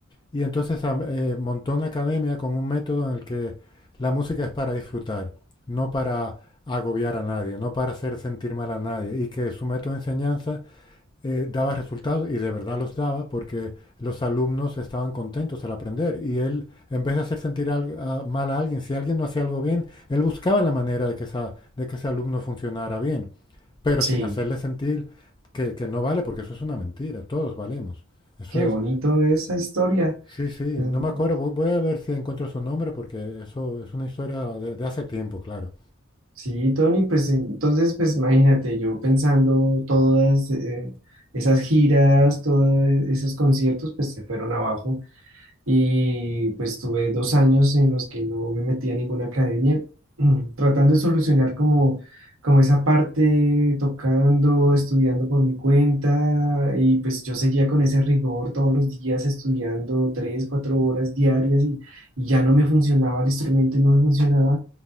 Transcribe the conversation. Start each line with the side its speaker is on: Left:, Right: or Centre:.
Left: y entonces am- eh, montó una academia con un método en el que la música es para disfrutar, no para agobiar a nadie, no para hacer sentir mal a nadie. Y que su método de enseñanza eh, daba resultados y de verdad los daba porque los alumnos estaban contentos al aprender. Y él, en vez de hacer sentir al- a- mal a alguien, si alguien no hacía algo bien, él buscaba la manera de que, esa- de que ese alumno funcionara bien, pero
Right: sí.
Left: sin hacerle sentir que, que no vale, porque eso es una mentira, todos valemos. Eso
Right: Qué bonito
Left: es,
Right: esa historia.
Left: Sí, sí,
Right: Mm,
Left: no me acuerdo. Voy voy a ver si encuentro su nombre porque eso es una historia de, de hace tiempo, claro.
Right: Sí, Tony, pues entonces, pues imagínate, yo pensando todas eh, esas giras, todos esos conciertos, pues se fueron abajo. y pues tuve dos años en los que no me metí a ninguna academia, mm, tratando de solucionar como, como esa parte, tocando, estudiando por mi cuenta y pues yo seguía con ese rigor todos los días estudiando tres, cuatro horas diarias y, y ya no me funcionaba el instrumento y no me funcionaba,